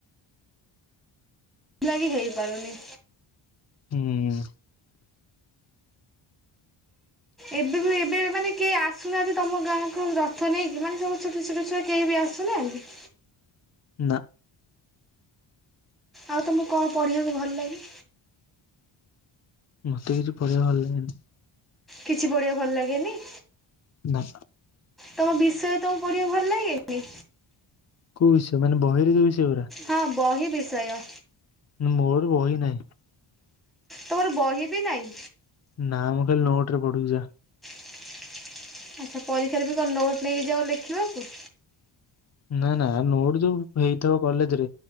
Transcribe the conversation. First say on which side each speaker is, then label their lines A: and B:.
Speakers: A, in the centre; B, on the left.
A: ଲାଗି ହେଇପାରୁନି।
B: ହୁଁ।
A: ଏବେ ବି ଏବେ ମାନେ କେହି ଆସୁନାହାନ୍ତି ତମ ଗାଁକୁ ରଥ ନେଇକି ମାନେ ସମସ୍ତ ଛୋଟ ଛୋଟ ଛୁଆ କେହି ବି ଆସୁନାହାନ୍ତି?
B: ନା।
A: ଆଉ ତମକୁ କଣ ପଢ଼ିବାକୁ ଭଲ ଲାଗେ?
B: ମତେ କିଛି ପଢିବା ଭଲ ଲାଗେନି।
A: କିଛି ବଢିବା ଭଲ ଲାଗେନି?
B: ନା।
A: ତମ ବିଷୟ ତମକୁ ପଢ଼ିବାକୁ ଭଲ ଲାଗେନି?
B: କୋଉ ବିଷୟ ମାନେ ବହିରେ ଯଉ ବିଷୟଗୁରା?
A: ହଁ ବହି ବିଷୟ।
B: ମୋର ବହି ନାହିଁ।
A: ତମର ବହି ବି ନାଇଁ?
B: ନା ମୁଁ ଖାଲି ନୋଟ ରେ ପଡୁଛା ଯା।
A: ଆଚ୍ଛା ପରୀକ୍ଷାରେ ବି କଣ ନୋଟ ନେଇକି ଯାଉ ଲେଖିବାକୁ?
B: ନା ନା ନୋଟ ଯୋଉ ହେଇଥିବ କଲେଜ ରେ